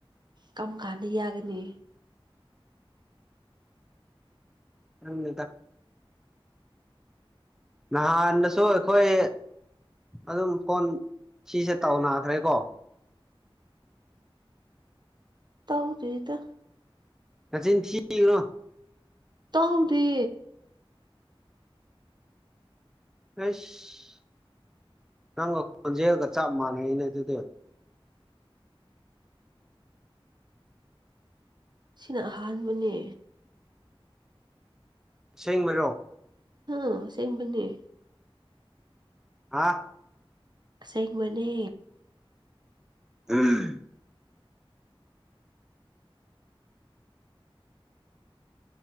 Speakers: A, on the right; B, in the centre.
A: ꯀꯝ ꯀꯥꯟꯅ ꯌꯥꯒꯅꯤ
B: ꯈꯪꯗꯦꯗ ꯅꯍꯥꯟꯅꯁꯨ ꯑꯩꯈꯣꯏ ꯑꯗꯨꯝ ꯐꯣꯟ ꯁꯤꯁꯦ ꯇꯧꯅꯈ꯭ꯔꯦꯀꯣ
A: <unintelligible> ꯇꯧꯗꯦꯗ
B: ꯅꯆꯤꯟ ꯊꯤꯀꯅꯨ
A: ꯇꯧꯗꯦ
B: ꯑꯩꯁ ꯅꯪꯒ ꯈꯣꯟꯖꯦꯜꯒ ꯆꯞ ꯃꯥꯟꯅꯩꯅꯦ ꯑꯗꯨꯗꯤ
A: ꯁꯤꯅ ꯑꯍꯥꯟꯕꯅꯦ
B: ꯑꯁꯦꯡꯕꯔꯣ
A: ꯑꯥ ꯁꯦꯡ ꯅꯤ
B: ꯍꯥꯥ
A: ꯁꯦꯡ ꯃꯅꯦ
B: ꯎꯝ